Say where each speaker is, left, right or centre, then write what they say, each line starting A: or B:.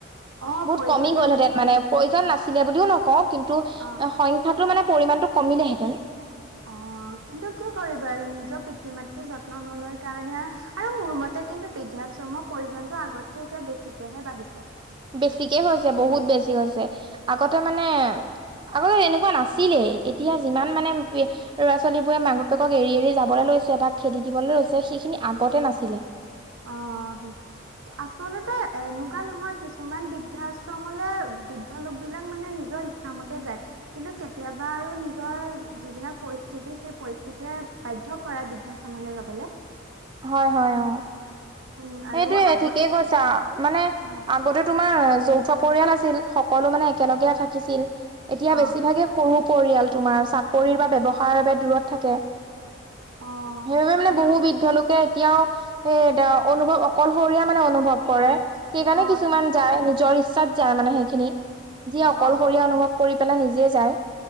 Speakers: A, on the right; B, on the right.
A: অ
B: বহুত
A: প্ৰয়োজন
B: কমি গ'ল
A: নাছিল
B: হেতেন মানে প্ৰয়োজন নাছিলে বুলিও নকওঁ, কিন্তু
A: অ
B: সংখ্যাটো মানে পৰিমাণটো কমিলেহেঁতেন
A: অ', কিন্তু কি কৰিবা, আৰু নিজৰ পিতৃ মাতৃৰ যত্ন নলয় কাৰণে আৰু মোৰ মতে কিন্তু বৃদ্ধাশ্ৰমৰ প্ৰয়োজনতটো আগতকে এতিয়া বেছিকেহে বাঢ়িছে
B: বেছিকে হৈছে, বহুত বেছি হৈছে, আগতে মানে আকৌ এনেকুৱা নাছিলেই এতিয়া যিমান মানে ল'ৰা ছোৱালীবোৰে মাক বাপেকক এৰি এৰি যাবলৈ লৈছে, বা খেদি দিবলৈ লৈছে, সেইখিনি আগতে নাছিলে
A: অ', সেইটোৱে আচলতে এনেকুৱা নহয়, কিছুমান বৃদ্ধাশ্ৰমলে বৃদ্ধ লোক বিলাক মানে নিজৰ <unintelligible> যায় কিন্তু কেতিয়াবা আৰু নিজৰ যিবিলাক পৰিস্থিতি সেই পৰিস্থিতিয়ে বাধ্য কৰাই বৃদ্ধাশ্ৰমলৈ যাবলৈ
B: হয়, হয়, অ',
A: উম
B: সেইটোয়ে
A: আৰু আগত
B: ঠিকেই কৈছা মানে
A: অ
B: আগতে তোমাৰ যৌথ পৰিয়াল আছিল, সকলো মানে একেলগে থাকিছিল এতিয়া
A: অ
B: বেছিভাগে সৰু পৰিয়াল তোমাৰ চাকৰি বা ব্যৱসায়ৰ বাবে দূৰত থাকে
A: অ
B: সেইবাবে মানে
A: আৰু
B: বহু বৃদ্ধ লোক এতিয়াও এ অনুভৱ অকলশৰীয়া মানে অনুভৱ কৰে সেইকাৰণে
A: অ
B: কিছুমান যায় নিজৰ ইচ্ছাত যায় মানে, সেইখিনি যি অকলশৰীয়া
A: অ
B: অনুভৱ কৰি পেলাই নিজে যায়